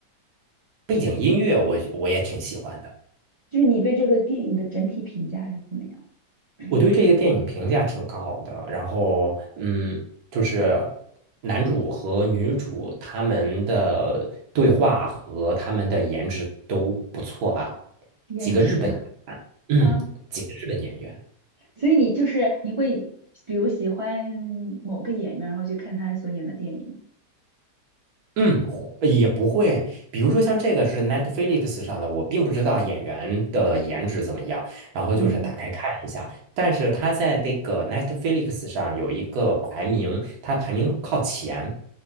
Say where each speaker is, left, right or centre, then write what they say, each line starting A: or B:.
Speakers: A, on the right; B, on the right.
A: 背景音乐我我也挺喜欢的。
B: 就是你对这个电影的整体评价是怎么样？<coughs>
A: 我对这个电影评价挺高的，然后嗯，就是男主和女主他们的对话和他们的颜值都不错吧？
B: <clears throat> 颜值
A: 几个日本，嗯，
B: 啊，
A: 几个日本演员，
B: <laughs> 所以你就是你会比如喜欢某个演员，然后去看他所演的电影。
A: 嗯，也不会。比如说像这个是 Netflix 上的，我并不知道演员的颜值怎么样，然后就是打开看一下，
B: 嗯。
A: 但是他在这个 Netflix 上有一个排名，他排名靠前。